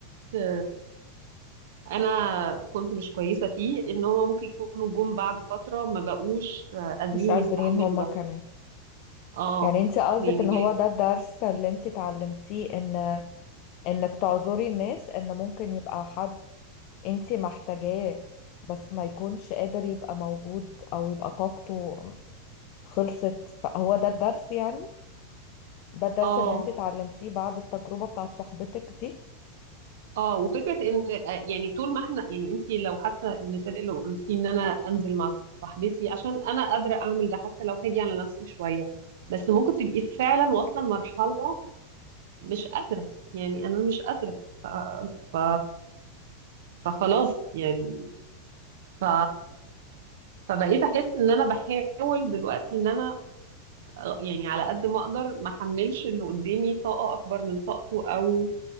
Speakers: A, on the right; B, on the left.
A: وقت أنا كنت مش كويسة فيه إن هما ممكن يكونوا جم بعد فترة ما بقوش قادرين
B: مش قادرين
A: يستحملوا
B: هما
A: ده
B: كمان
A: اه
B: يعني انت قصدك
A: يعني
B: ان
A: بقيت
B: هو ده الدرس اللي انت اتعلمتيه ان انك تعذري الناس ان ممكن يبقى حد انت محتاجاه بس ما يكونش قادر يبقى موجود او يبقى طاقته خلصت فهو ده الدرس يعني ده الدرس
A: اه
B: اللي انت اتعلمتيه بعد التجربة بتاعت صاحبتك دي
A: اه وفكرة إن آه، يعني طول ما احنا يعني انت لو حتى المثال اللي قلتيه إن أنا أنزل مع صاحبتي عشان أنا قادرة أعمل ده حتى لو هاجي على نفسي شوية بس ممكن تبقي فعلا واصلة لمرحلة مش قادرة يعني أنا مش قادرة ف... ف... فخلاص يعني ف فبقيت احس ان انا بحاول دلوقتي ان انا آه، يعني على قد ما اقدر ما احملش اللي قدامي طاقه اكبر من طاقته او